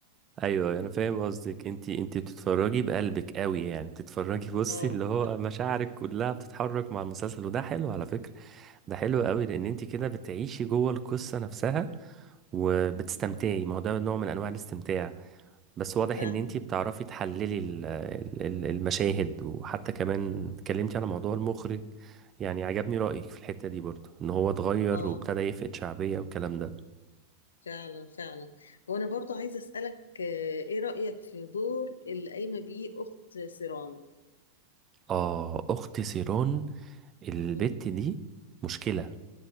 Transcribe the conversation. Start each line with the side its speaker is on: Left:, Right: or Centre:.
Right: ايوه أيوه، انا فاهم قصدك انت انت بتتفرجي بقلبك قوي يعني بتتفرجي بصي
Left: اه
Right: اللي هو مشاعرك كلها بتتحرك مع المسلسل وده حلو على فكره ده حلو قوي لان انت كده بتعيشي جوه القصه نفسها وبتستمتعي ما هو ده نوع من انواع الاستمتاع بس واضح
Left: فعلا
Right: ان انت بتعرفي تحللي ال- ال- ال- المشاهد وحتى كمان اتكلمتي على موضوع المخرج يعني عجبني رأيك في الحتة دي برضه ان هو اتغير
Left: اه
Right: وابتدى يفقد شعبية والكلام ده
Left: فعلا فعلا وانا برضو عايزه اسالك آه، ايه رايك في دور اللي قايمه بيه اخت سيران
Right: اه اخت سيرون البت
Left: امم
Right: دي مشكلة